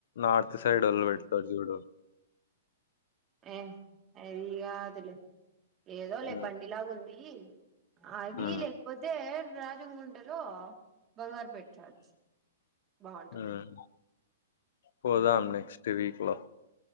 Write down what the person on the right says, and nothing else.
ఏ అది గా దు లె ఏదో లే
బండిలాగా ఉంది అది
లేకపోతే రాజం గుంటలో బంగారు పెట్ చార్ట్స్ బాగుంటది
ఉమ్